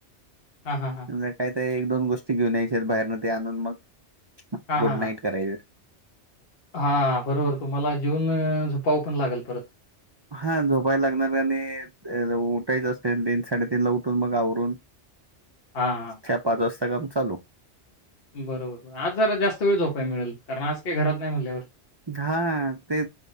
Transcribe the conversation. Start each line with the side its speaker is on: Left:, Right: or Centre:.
Left: हा, हा, हा.
Right: मग काय ते एक, दोन गोष्टी घेऊन यायच्या आहेत बाहेरन ते आणून मग
Left: हा
Right: गुड
Left: हा
Right: नाईट करायच.
Left: हा बरोबर तुम्हाला जेवून झोपाव पण लागल परत.
Right: हा झोपायला लागणार आणि अ उठायच असते तीन साडेतीन ला उठून मग आवरून <unintelligible>
Left: हा, हा.
Right: चार, पाच वाजता काम चालू.
Left: बरोबर आज जरा जास्त वेळ झोपाय मिळालं कारण आज काही घरात नाही म्हणल्यावर
Right: हा ते